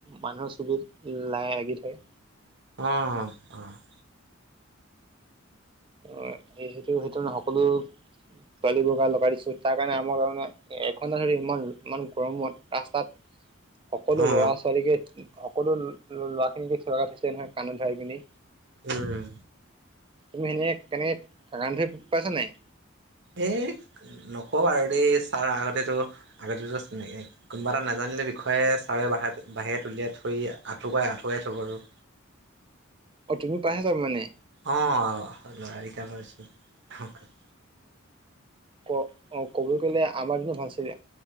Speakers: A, on the right; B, on the right.
A: মানুহৰ চুলিত লা লাগি থাকে।
B: অ', অ', অ'
A: অ', সে সেইটো সেইটো নহয় সকলো। ছোৱালী বোৰৰ গাত লগাই দিছিলোঁ তাৰ কাৰণে আমাক তাৰমানে এঘণ্টা ধৰি ইমান ইমান গৰমত ৰাস্তাত। <inaudible> সকলো
B: অ
A: ল'ৰা ছোৱালীকে সকলো ল ল'ৰা খিনিকে থকা থৈছিলে নহয় কাণত ধৰাই পিনি।
B: উম উম
A: তুমি এনে কেনেক কাণত ধৰি প পাইছা নাই
B: এইক নকবা আৰু দেই ছাৰ আগতেতো আগতেতো চিনাক কোনোবা এটা নাজানিলে বিষয়ে ছাৰে বাহাৰত বাহিৰেত উলিয়াই থৈ আঠুকঢ়াই আঠুকঢ়াই থ'ব আৰু।
A: অ', তুমি পাইছা মানে
B: অ', ল'ৰালিকালৰ <unintelligible> অহ।
A: ক অ', ক'বলৈ গ'লে হা আমাৰ দিনতে ভাল আছিলে